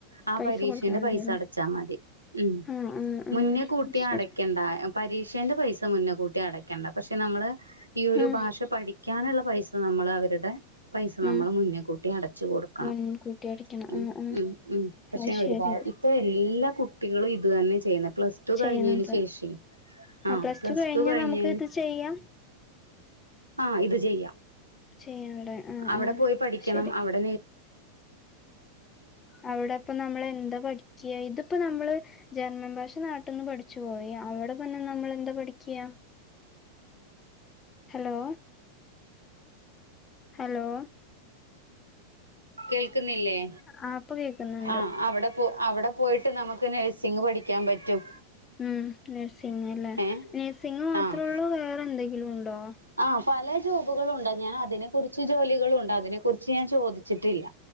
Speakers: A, on the right; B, on the left.
A: ആഹ്
B: പൈസ
A: പരീക്ഷേന്റെ
B: കൊടുത്താ മതിയല്ലേ
A: പൈസ അടച്ചാ മതി. ഉം
B: ആഹ് ആഹ്
A: മുന്നേ
B: ആഹ്
A: കൂട്ടി
B: ശരി
A: അടക്കെണ്ട പരീക്ഷേന്റെ പൈസ മുന്നേ കൂട്ടി അടക്കണ്ട. പക്ഷെ നമ്മള് ഈ ഒരു
B: ഉം
A: ഭാഷ പഠി ക്കാനുള്ള പൈസ നമ്മള് അവര്ടെ പൈസ നമ്മള്
B: ഉം
A: മുന്നേ കൂട്ടി അടച്ചു കൊടുക്കണം
B: മുൻകൂട്ടി അടിക്കണം
A: ഉം
B: ആഹ് ആഹ്
A: ഉം ഉം പക്ഷെ
B: അത് ശരി
A: ഒരുപാ ഇപ്പ എല്ലാ കു ട്ടികളും ഇതു തന്നെ ചെയ്യുന്നേ. പ്ലസ് ടു
B: ചെയ്യണത്
A: കഴിഞ്ഞേന് ശേഷേ
B: ആ
A: ആഹ് പ്ലസ്
B: കഴിഞ്ഞാ
A: ടു കഴിഞ്ഞേന്
B: നമുക്ക് ഇത് ചെയ്യാം
A: ആഹ് ഇത് ചെയ്യാം
B: ചെയ്യാല്ലേ ആഹ്
A: അവിട
B: ആഹ്
A: പോയി പഠിക്കണം
B: ശരി
A: അവിട നേ
B: അവിട ഇപ്പം നമ്മള് എന്താ പഠിക്ക്‌യാ ഇതിപ്പ നമ്മള് ജർമ്മൻ ഭാഷ നാട്ടിന്ന് പഠിച്ചുപോയി അവടെ പിന്നെ നമ്മള് എന്താ പഠിക്ക് ഹലോ ഹലോ
A: കേൾക്കുന്നില്ലേ
B: ആ ഇപ്പൊ കേക്കുന്നുണ്ട്
A: ആഹ് അവട പോ അവടെ പോയിട്ട് നമുക്ക് നേഴ്സിങ് പഠിക്കാൻ പറ്റും
B: ഉം നഴ്സിങ് അല്ലേ
A: ഏഹ്
B: നഴ്സിങ് മാത്രേ
A: ആഹ്
B: ഒള്ളൂ വേറെ എന്തെങ്കിലും ഇണ്ടോ?
A: ആഹ് പല ജോബുകളും ഒണ്ട് ഞാൻ അതിനെ കുറിച്ച് ജോലികളുണ്ട് അതിനെ കുറിച്ച് ഞാൻ ചോദിച്ചിട്ടില്ല